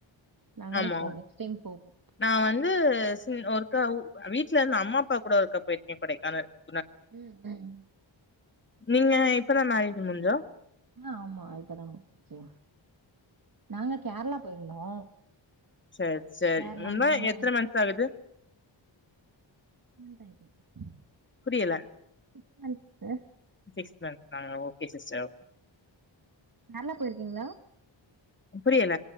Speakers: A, on the right; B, on the left.
A: நாங்களு
B: ஆமா
A: போம் நெக்ஸ்ட் டைம் போவோ
B: நா வந்து ஒருக்கா ஏ வீட்ல இருந்து அம்மா அப்பா கூட ஒருக்கா போயிருக்கே கொடைக்கானல் <unintelligible>
A: ம் ம்
B: நீங்க இப்ப தா நாய்க்கு முஞ்சோ
A: ஆ ஆமா இப்பதா மும் <unintelligible> நாங்க கேரளா போயிருந்தோ
B: சேரி சேரி
A: கேரளா
B: உண்ம
A: மூணு
B: எத்தன மனஷ ஆகுது
A: <unintelligible>
B: புரியல
A: தந் த
B: சிக்ஸ் மந்த் நாங்க ஓகே சிஸ்டர்
A: கேரளா போயிருக்கீங்களா
B: புரியல